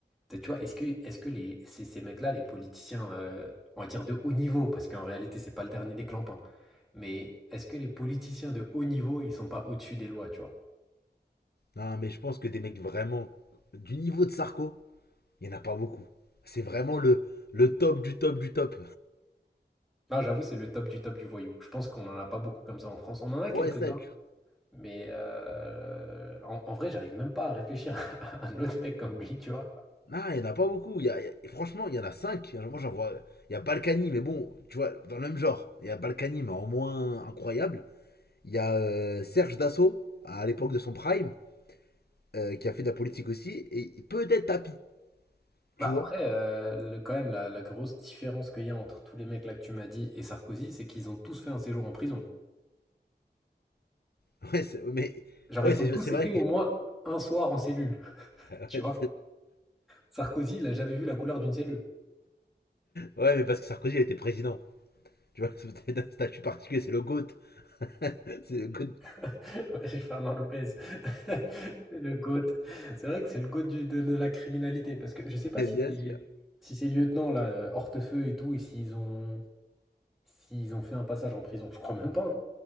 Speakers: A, in the centre; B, on the left.
A: Tu vois, est-ce que, est-ce que les, ces, ces mecs-là, les politiciens, euh, on va dire de haut niveau, parce qu'en réalité, c'est pas le dernier des clampins, mais est-ce que les politiciens de haut niveau, ils sont pas au-dessus des lois, tu vois?
B: Non, mais je pense que des mecs vraiment du niveau de Sarko, il n'y en a pas beaucoup. C'est vraiment le, le top du top du top.
A: Ah, j'avoue, c'est le top du top du voyou. Je pense qu'on n'en a pas beaucoup comme ça en France. On en a
B: Ouais,
A: quelques-uns,
B: ça, tu,
A: mais euh, en, en vrai, j'arrive même pas à réfléchir <laughs> à un autre mec comme lui, tu vois.
B: Non, il n'y en a pas beaucoup. Il y a- y a- franchement, il y en a cinq Moi, j'en vois. Il y a Balkany, mais bon, tu vois, dans le même genre. Il y a Balkany, mais en moins incroyable. Il y a euh, Serge Dassault, à l'époque de son prime, euh, qui a fait de la politique aussi. Et peut-être Tapi,
A: Bah
B: tu vois.
A: après, euh, le- quand même, la, la grosse différence qu'il y a entre tous les mecs là que tu m'as dit et Sarkozy, c'est qu'ils ont tous fait un séjour en prison.
B: <laughs> Ouais, mais.
A: Genre,
B: Ouais,
A: ils
B: c'est
A: ont tous été
B: vrai que.
A: au moins
B: <laughs>
A: un soir en cellule, <laughs>
B: ouais,
A: tu vois. Sarkozy, il a jamais vu la couleur d'une cellule.
B: ouais, mais parce que Sarkozy, il était président. Tu vois, <laughs> c'est un statut particulier, c'est le GOAT. <laughs> c'est le GOAT,
A: <laughs> Ouais, Fernand Lopez, <laughs> c'est le GOAT. C'est vrai que c'est le GOAT du- de, de la criminalité, parce que je sais
B: <laughs>
A: pas
B: ouais,
A: si
B: bien
A: c'est
B: sûr.
A: si ces lieutenants là, euh, Hortefeux et tout, et s'ils ont s'ils ont fait un passage en prison, je crois même pas. hein.